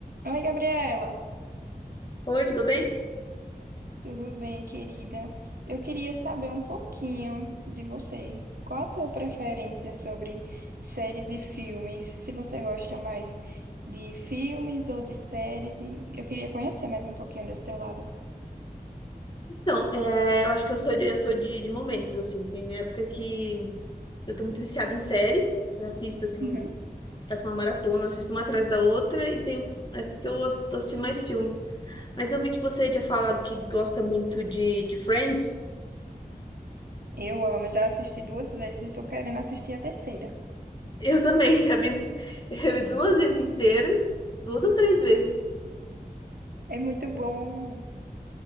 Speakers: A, on the right (about 75°); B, on the left (about 30°).
A: Oi, Gabriela.
B: Oi, tudo bem?
A: Tudo bem, querida? Eu queria saber um pouquinho de você. Qual a tua preferência sobre séries e filmes? Se você gosta mais de filmes ou de séries, e eu queria conhecer mais um pouquinho desse teu lado.
B: Então, é, eu acho que eu sou de, eu sou de, de momentos, assim. Tem época que eu tô muito viciada em série. Eu assisto, assim,
A: Uhum.
B: faço uma maratona, assisto uma atrás da outra. E tem época que eu ass- tô assistindo mais filme. Mas eu vi que você tinha falado que gosta muito de, de Friends.
A: Eu amo, já assisti duas vezes e tô querendo assistir a terceira.
B: Eu também. <laughs> Eu vi, eu vi duas vezes inteira. Duas ou três vezes.
A: É muito bom.